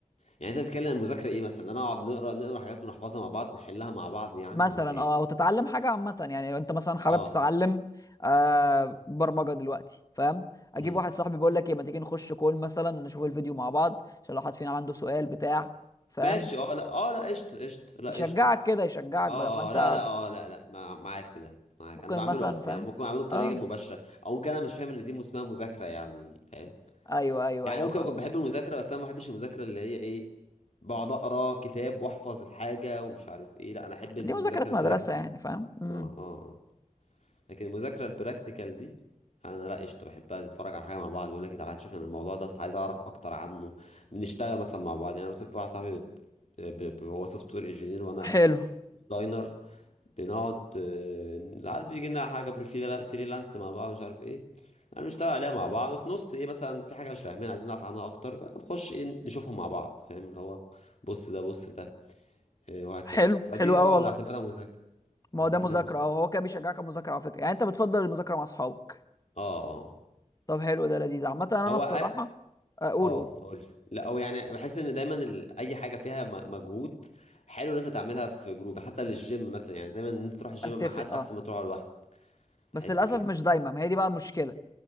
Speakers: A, on the left; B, on the left.
A: يعني انت بتتكلم عن المذاكره ايه مثلا انا اقعد نقرا نقرا حاجات ونحفظها مع بعض نحلها مع بعض يعني
B: مثلا
A: ولا ايه
B: اه او تتعلم حاجه عامه يعني لو انت مثلا حابب
A: اه
B: تتعلم آه برمجه دلوقتي فاهم اجيب
A: امم
B: واحد صاحبي بيقول لك ايه ما تيجي نخش كول مثلا نشوف الفيديو مع بعض عشان لو حد فينا عنده سؤال بتاع فاهم
A: ماشي اه لا اه لا قشطه قشطه لا
B: يشجعك
A: قشطه
B: كده يشجعك
A: اه
B: بدل ما انت
A: اه لا لا اه
B: ت-
A: لا لا مع- معاك في ده معاك
B: ممكن
A: انا بعمله
B: مثلا
A: اساسا
B: فاهم
A: يعني ممكن اعمله بطريقه
B: اه
A: غير مباشره او ممكن انا مش فاهم ان دي اسمها مذاكره يعني فاهم
B: ايوه ايوه
A: يعني
B: ايوه
A: انا ممكن
B: فاهم
A: اكون بحب المذاكره بس انا ما بحبش المذاكره اللي هي ايه بقعد اقرا كتاب واحفظ الحاجه ومش عارف ايه لا انا احب المذاكره
B: دي مذاكره مدرسه
A: البراكتيكال
B: يعني فاهم امم
A: اه اه اه لكن المذاكره البراكتيكال دي انا لا قشطه بحبها نتفرج على حاجه مع بعض بقول لك تعالى نشوف أنا الموضوع ده عايز اعرف اكتر عنه بنشتغل مثلا مع بعض يعني أنا مثلا في واحد صاحبي ب- ب- هو سوفت وير انجينير وانا
B: حلو
A: ديزاينر بنقعد آه، ساعات بيجي لنا حاجه بريفيلا- فريلانس مع بعض مش عارف ايه انا بنشتغل عليها مع بعض وفي نص ايه مثلا في حاجه مش فاهمينها عايزين نعرف عنها اكتر فنخش ايه نشوفها مع بعض فاهم اللي هو بص ده بص ده إيه وهكذا
B: حلو
A: فدي
B: حلو قوي
A: اه
B: والله
A: نعتبرها مذاكره
B: ما
A: نعتبرها
B: هو ده مذاكره
A: مذاكره
B: اه هو كده بيشجعك على المذاكره على فكره يعني انت بتفضل المذاكره مع اصحابك
A: اه اه آه.
B: طب حلو ده لذيذ عامه انا
A: هو
B: بصراحه
A: أي-
B: اقول
A: اه
B: قول قول.
A: قول لا هو يعني بحس ان دايما ال... اي حاجه فيها م- مجهود حلو ان انت تعملها في جروب حتى للجيم مثلا يعني دايما ان انت تروح الجيم
B: اتفق
A: مع حد
B: اه
A: احسن ما تروح لوحدك بحس
B: بس للاسف
A: كده
B: مش دايما ما هي دي بقى المشكله